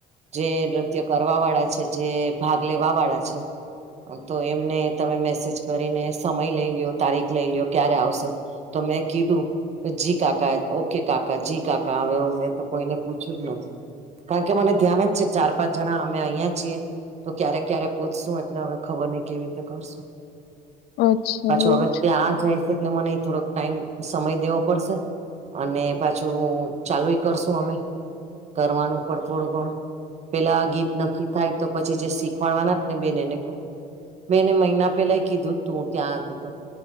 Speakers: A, on the right; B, on the left.
A: જે નૃત્ય કરવા વાળા છે જે ભાગ લેવા વાળા છે તો એમને તમે મેસેજ કરીને સમય લઈ લ્યો તારીખ લઈ લ્યો ક્યારે આવશે તો મેં કીધું જી કાકા ઓકે કાકા જી કાકા હવે મેં તો કોઈને પૂછ્યું જ નથી. કારણ કે મને ધ્યાન જ છે ચાર પાંચ જણા અમે અહીયાં છીએ. તો ક્યારે ક્યારે પોચશું એટલે હવે ખબર નહ કેવી રીતે કરશું.
B: અચ્છા
A: પાછો
B: એવું
A: હવે
B: છે
A: ત્યાં જાય છે એટલે મને થોડોક ટાઈમ સમય દેવો પડશે ને. અને પાછું ચાલુય કરશુ અમે કરવાનું પણ થોડું ઘણું પેલા ગીત નક્કી થાય તો પછી જે શીખવાડવાના જ ને બેન એને કવ બેને મહિના પેલાય કીધું તું ત્યાં હતી તો.